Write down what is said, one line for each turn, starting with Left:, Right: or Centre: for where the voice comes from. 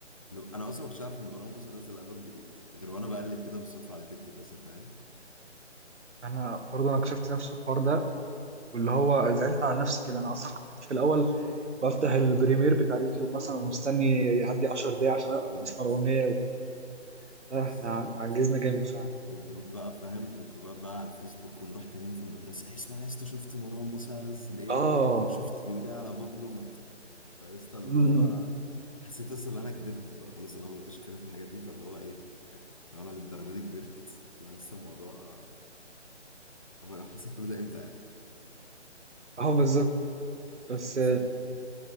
Left: لو انا اصلا ما كنتش عارف ان مروان موسى نزل البوم جديد غير وانا بقلب كده بالصدفه على تيك توك اصلا فاهم
Right: انا برضه انا كشفت نفس الحوار ده واللي هو زعلت على نفسي كده انا اصلا <laughs> كنت في الاول بفتح البريمير بتاع اليوتيوب مثلا ومستني يعدي 10 دقايق عشان
Left: بالظبط
Right: اسمع الاغنية وكده لا،
Left: بالظبط
Right: احنا عجزنا جامد فعلا
Left: والجروب بقى فاهم الجروبات بقى على الفيسبوك ونروح تانيين في المدرسه ايه اسمع يا اسطى شفت مروان موسى نزل ايه
Right: اه
Left: وشفت بيقول ايه على بابلو ما- فيا اسطى اللي
Right: أمم،
Left: هو حسيت اصلا ان انا كبرت بقى خلاص اللي هو مبقاش اتكلم في الحاجات دي فاللي هو ايه لو انا للدرجه دي كبرت لسه الموضوع هو حصل كل ده امتى يعني
Right: اه بالظبط بس
Left: ست